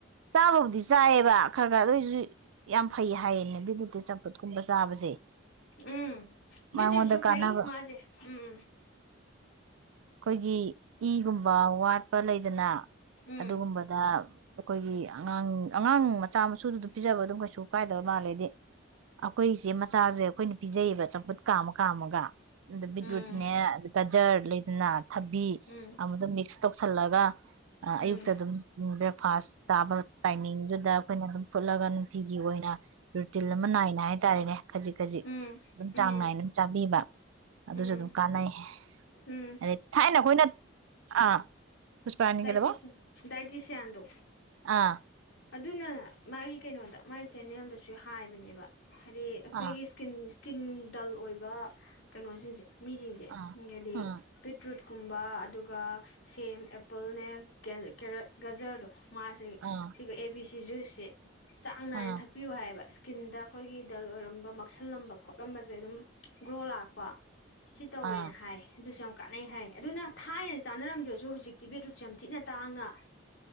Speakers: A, on the right; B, on the left.
A: ꯆꯥꯕꯕꯨꯗꯤ ꯆꯥꯏꯌꯦꯕ ꯈꯔ ꯈꯔ ꯑꯗꯨ ꯑꯣꯏꯏꯁꯨ ꯌꯥꯝ ꯐꯩ ꯍꯥꯏꯌꯦꯅꯦ ꯕꯤꯗꯨꯇꯦ ꯆꯝꯐꯨꯠꯀꯨꯝꯕ ꯆꯥꯕꯁꯦ
B: ꯎꯝ ꯕꯤꯇꯔꯁꯨ
A: ꯃꯉꯣꯟꯗ ꯀꯥꯟꯅꯕ
B: ꯐꯩ ꯃꯥꯁꯦ ꯎꯝ
A: ꯑꯩꯈꯣꯏꯒꯤ ꯏꯒꯨꯝꯕ ꯋꯥꯠꯄ ꯂꯩꯗꯅ
B: ꯎꯝ
A: ꯑꯗꯨꯒꯨꯝꯕꯗ ꯑꯩꯈꯣꯏꯒꯤ ꯑꯉꯥꯡ ꯑꯉꯥꯡ ꯃꯆꯥ ꯃꯁꯨꯗꯨꯗ ꯄꯤꯖꯕ ꯑꯗꯨꯝ ꯀꯩꯁꯨ ꯀꯥꯏꯗꯕ ꯃꯥꯜꯂꯦꯗꯤ ꯑꯩꯈꯣꯏꯁꯦ ꯃꯆꯥꯗꯨꯦ ꯑꯩꯈꯣꯏꯅ ꯄꯤꯖꯩꯌꯦꯕ ꯆꯝꯐꯨꯠ ꯀꯥꯃ ꯀꯥꯃꯒ ꯑ
B: ꯎꯝ
A: ꯠꯨꯤꯅꯦꯦ ꯑꯗꯨ ꯀ ꯖꯔ ꯂꯤꯗꯅꯥ ꯊꯥꯕꯤ
B: ꯎꯝ
A: ꯑꯃꯗ ꯃꯤꯛꯁ ꯀꯧꯁꯜꯂꯒ ꯑꯥ
B: ꯎꯝ
A: ꯑꯌꯨꯛꯇ ꯑꯗꯨꯝ ꯎ ꯕ꯭ꯔꯦꯛꯐꯥꯁ ꯆꯥꯕ ꯇꯥꯏꯃꯤꯡꯗꯨꯗ ꯑꯩꯈꯣꯏꯅ ꯑꯗꯨꯝ ꯐꯨꯠꯂꯒ ꯅꯨꯡꯇꯤꯒꯤ ꯑꯣꯏꯅ ꯔꯨꯇꯤꯟ ꯑꯃ ꯅꯥꯏꯅ ꯍꯥꯏꯇꯥꯔꯦꯅꯦ ꯈꯖꯤꯛ-ꯈꯖꯤꯛ
B: ꯎꯝ ꯎꯝ
A: ꯑꯗꯨꯝ ꯆꯥꯡ
B: ꯎꯝ
A: ꯅꯥꯏꯅ ꯑꯗꯨꯝ ꯆꯥꯕꯤꯕ ꯑꯗꯨꯁꯨ
B: ꯎꯝ ꯎꯝ
A: ꯑꯗꯨꯝ ꯀꯥꯟꯅꯩꯍꯦ
B: ꯎꯝ
A: ꯑꯗꯩ ꯊꯥꯏꯅ ꯑꯈꯣꯏꯅ ꯑꯥ- ꯄꯨꯁꯄꯥꯔꯥꯅꯤ
B: ꯗꯥꯏꯗꯤꯁꯤ
A: ꯀꯩꯗꯧꯕ
B: ꯗꯥꯥꯏꯗꯤꯁꯌꯥꯗꯣ
A: ꯑꯥ
B: ꯑꯗꯨꯅ ꯃꯒꯤ ꯀꯩꯅꯣꯗ ꯃꯒꯤ ꯆꯦꯅꯦꯜꯗꯁꯨ ꯍꯥꯏꯕꯅꯦꯕ ꯍꯥꯏꯗꯤ ꯑꯩꯈꯣꯏꯒꯤ
A: ꯑꯥ
B: ꯏꯁꯀꯤꯟꯁ ꯀꯤꯟ ꯗꯜ ꯑꯣꯏꯕ ꯀꯩꯅꯣꯁꯤꯡꯁꯦ ꯃꯤꯖꯤꯡꯖꯦ
A: ꯑꯥ
B: ꯎꯝ ꯑꯗꯤ
A: ꯑꯥ
B: <unintelligible> ꯀꯨꯝꯕ ꯑꯗꯨꯒ ꯁꯦꯝ ꯑꯦꯄꯜꯅꯦ ꯒꯦꯜ ꯀꯦꯔꯠ ꯒꯖꯔꯗꯣ ꯃꯥꯁꯦ
A: ꯑꯥ
B: ꯕꯤ ꯁꯤ ꯖꯨꯏꯁꯁꯦ ꯆꯥꯡ ꯅꯥꯏꯅ
A: ꯑꯥ
B: ꯊꯛꯄꯤꯌꯨ ꯍꯥꯏꯌꯦꯕ ꯏꯁ ꯀꯤꯟꯗ ꯑꯩꯈꯣꯏꯒꯤ ꯗꯜ ꯑꯣꯏꯔꯝꯕ ꯃꯛꯁꯤꯜꯂꯝꯕ ꯈꯣꯠꯂꯝꯕꯖꯦ ꯑꯗꯨꯝ ꯒ꯭ꯂꯣ ꯂꯥꯛꯄ ꯁꯤ ꯇꯧꯋꯦꯅ
A: ꯑꯥ
B: ꯍꯥꯏ ꯑꯗꯨꯁꯨ ꯌꯥꯝ ꯀꯥꯟꯅꯩ ꯍꯥꯏ ꯑꯗꯨꯅ ꯊꯥꯏꯅ ꯆꯥꯅꯔꯝꯗ꯭ꯔꯖꯨ ꯍꯧꯖꯤꯛꯇꯤ ꯕꯤꯠꯔꯨꯠꯁꯦ ꯌꯥꯝ ꯊꯤꯅ ꯇꯥꯡꯅ